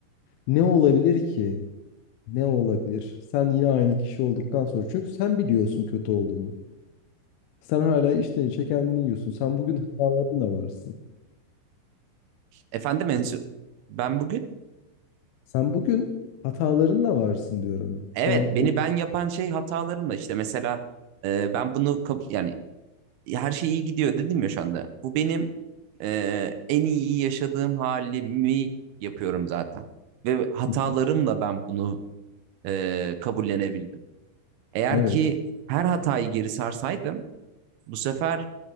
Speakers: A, on the left (about 80°); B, on the right (about 75°).
A: ne olabilir ki? Ne olabilir? Sen yine aynı kişi olduktan sonra. Çünkü sen biliyorsun kötü olduğunu. Sen hala içten içe kendini yiyorsun. Sen bugün hatalarınla varsın.
B: Efendim Ensu, ben bugün
A: Sen bugün hatalarınla varsın diyorum.
B: Evet,
A: Şu an
B: beni
A: o...
B: ben yapan şey hatalarımla işte mesela e, ben bunu kap- yani her şey iyi gidiyor dedim ya şu anda. Bu benim e, en iyi yaşadığım halimi yapıyorum zaten. Ve hatalarımla
A: <laughs>
B: ben bunu e, kabullenebildim. Eğer
A: Evet.
B: ki her hatayı geri sarsaydım bu sefer